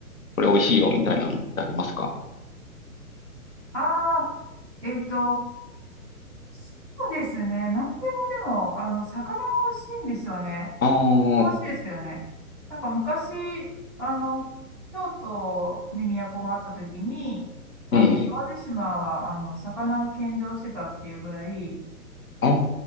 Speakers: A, on the left; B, in the centre.
A: これ美味しいよ、みたいなのってありますか
B: ああ、えっと、そうですね、なんでもでも、あの、魚が美味しいんですよね。
A: ああー、
B: 楽しいですけどね。なんか昔、あの、京都に都があった時に、あの、
A: ええ、
B: 淡路島は、あの、魚を献上してたっていうぐらい、え
A: ああ、